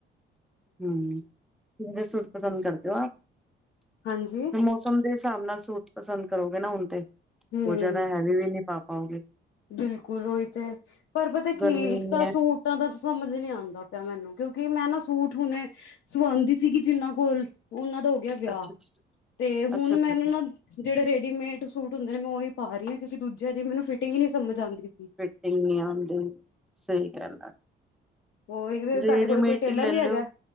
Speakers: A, in the centre; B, on the left.
A: ਹੂੰ, ਕਿਵੇਂਦੇ ਸੂਟ ਪਸੰਦ ਕਰਦੇ ਓ ਆਪ
B: ਹਾਂਜੀ
A: ਮੋਸਮ ਦੇ ਸਾਬ ਨਾਲ ਸੂਟ ਪਸੰਦ ਕਰੋਗੇ ਨਾ ਹੁਨ ਤੇ,
B: ਹੂੰ
A: ਬੋਤ ਜਾਦਾ ਹੈਵੀ ਵੀ ਨੀ ਪਾ ਪਾਓਗੇ।
B: ਬਿਲਕੁਲ ਓਈ ਤੇ ਪਰ ਪਤਾ ਕੀ
A: ਗਰਮੀ
B: ਇੱਕ
A: ਇੰਨੀ
B: ਤਾ‌
A: ਹੈ
B: ਸੂਟ ਸੂਟਾ ਦਾ ਸਮਜ ਨੀ ਆਂਦਾ ਪੇਆ ਮੈਨੂੰ ਕਯੋਂਕਿ ਮੈਂ ਨਾ ਸੂਟ ਹੁਨੇ ਸੁਵਾਂਦੀ ਸੀਗੀ ਜਿਨਾਂ ਕੋਲ ਓਨਾਂ ਦਾ ਹੋਗੇਆ ਵੇਆ,
A: ਅੱਛਾ-ਅੱਛਾ,
B: ਤੇ ਹੁਨ
A: ਅੱਛਾ-ਅੱਛਾ-ਅੱਛਾ
B: ਮੈਨੂੰ ਨਾ ਜੇੜੇ ਰੇਡੀਮੇਟ ਸੂਟ ਹੁੰਦੇ ਨੇ ਮੈਂ ਓਹੀ ਪਾਰੀ ਆਂ ਕਯੁਂਕਿ ਦੂਜੇਆ ਦੀ ਮੈਨੂੰ ਫਿਟਿੰਗ ਈ ਨੀਤ ਸਮਜ ਆਂਦੀ।
A: ਫਿਟਿੰਗ ਨੀ‌ ਆਂਦੀ, ਸਈ ਗੱਲ ਆ।
B: ਉਹੀ ਤੁਹਾਡੇ
A: ਰੇਡੀਮੇਟ
B: ਕੋਲ ਕੋਈ ਟੇਲਰ
A: ਲੇਲੋ
B: ਵੀ ਹੈਗਾ